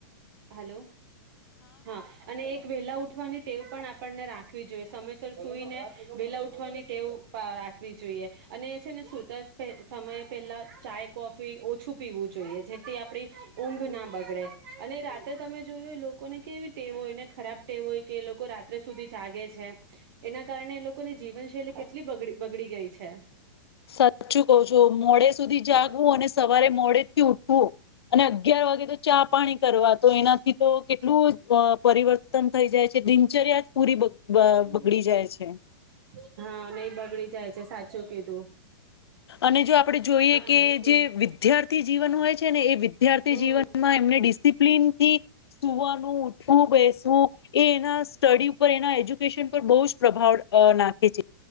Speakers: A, on the right; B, on the left.
A: હલો હા અને એક વેલા ઉઠવાની ટેવ પણ આપણને રાખવી જોઈએ સમયસર સુઈને વેલા ઉઠવાની ટેવ રાખવી જોઈએ. અને એ છે ને સુતા સમય પહેલા ચાય કોફી ઓછું પીવું જોઈએ જેથી આપડી ઊંઘ ના બગડે અને રાત્રે તમે જોયું લોકોને કેવી ટેવો હોય ને ખરાબ ટેવો હોય કે એ લોકો રાત્રે સુધી જાગે છે એના કારણે એ લોકોની જીવનશૈલી કેટલી બ બગડી ગઈ છે.
B: સાચું કવ છું મોડે સુધી જાગવું અને સવારે મોડે થી ઉઠવું અને અગિયાર વાગે તો ચા પાણી કરવા તો એનાથી તો કેટલું પરિવર્તન થઈ જાય છે દિનચર્યા પૂરી બગ- બ- બગડી
A: <inaudible>
B: જાય છે
A: હા નઈ બગડી જાય છે સા <unintelligible> ચો કેધુ
B: અને જો આપડે જોઈએ કે
A: હમ
B: જે વિદ્યાર્થી જીવન હોય છે ને, એ વિદ્યાર્થી
A: હમ
B: જીવનમાં એમને ડિસિપ્લિનથી સુવાનું, ઉઠવું, બેસવું એ એના. તડી. એના એજ્યુકેશન પર બહુ જ. પ્રભાવ નાખે છે.